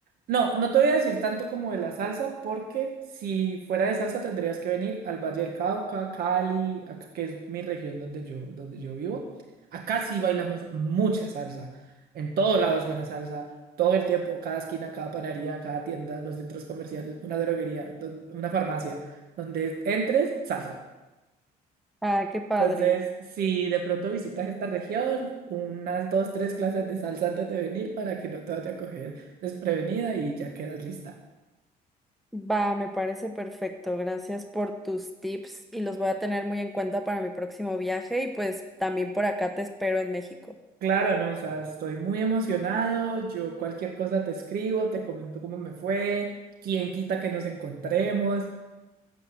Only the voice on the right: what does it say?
no, no te voy a decir tanto como de la salsa, porque si fuera de salsa tendrías que venir al Valle del Cauca, Cali, acá, que es mi región donde yo, donde yo vivo. Acá sí bailamos mucha salsa. En todo lado es buena salsa. Todo el tiempo, cada esquina, cada panadería, cada tienda, los centros comerciales, una droguería, don- una farmacia, donde entres, salsa.
Entonces, si de pronto visitas esta región, unas dos, tres clases de salsa antes de venir para que no te vaya a coger desprevenida y ya quedas lista.
Claro, no, o sea, estoy muy emocionado. Yo cualquier cosa te escribo, te comento cómo me fue, quién quita que nos encontremos.